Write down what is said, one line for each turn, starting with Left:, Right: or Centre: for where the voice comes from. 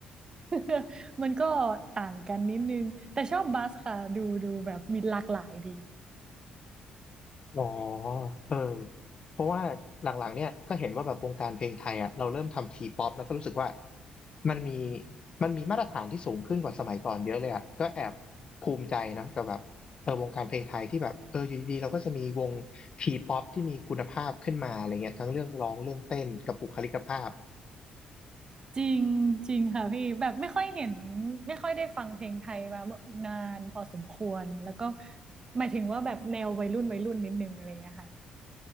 Right: <laughs> มันก็ต่างกันนิดนึงแต่ชอบบาสค่ะดูดูแบบมีหลากหลายดี
Left: อ๋อเออเพราะว่าหลังๆเนี่ยก็เห็นว่าแบบวงการเพลงไทยอ่ะเราเริ่มทำทีป๊อปแล้วก็รู้สึกว่ามันมีมันมีมาตรฐานที่สูงขึ้นกว่าสมัยก่อนเยอะเลยอ่ะก็แอบภูมิใจนะกับแบบเออวงการเพลงไทยที่แบบเอออยู่ดีๆเราก็จะมีวงทีป๊อปที่มีคุณภาพขึ้นมาอะไรเงี้ยทั้งเรื่องร้องเรื่องเต้นกับบุคลิกภาพ
Right: จริงจริงค่ะพี่แบบไม่ค่อยเห็นไม่ค่อยได้ฟังเพลงไทยมานานพอสมควรแล้วก็หมายถึงว่าแบบแนววัยรุ่นวัยรุ่นนิดนึงอะไรอย่างเงี้ยค่ะ